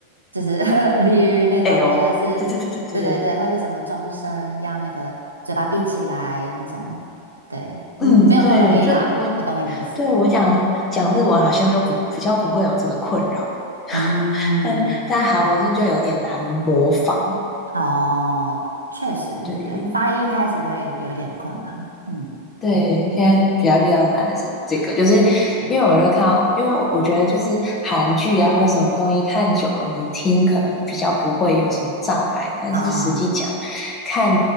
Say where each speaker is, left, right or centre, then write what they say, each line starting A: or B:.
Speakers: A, on the right; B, on the left.
A: 就是 <laughs> l y 那种，
B: 哎呦，
A: 或者是
B: 对对对对对，
A: 对对对，或者是什么终身要那个嘴巴闭起来那种，对，
B: 嗯，
A: 嗯，没有那么容易啦，
B: 对，就我，
A: 我懂你的意思。
B: 对我讲讲日文好像就不比较不会有这个困扰，
A: 嗯，
B: 但但韩文是就有点难模仿。
A: 哦，确实，
B: 对，
A: 对，发音一开始会有一点困难，嗯
B: 对，现在比较比较难的是这个，就是
A: 嗯
B: 因为我就看到，因为我我觉得就是韩剧啊或什么东西看久了，你听可能比较不会有什么障碍，但是实际讲，
A: 啊，
B: 看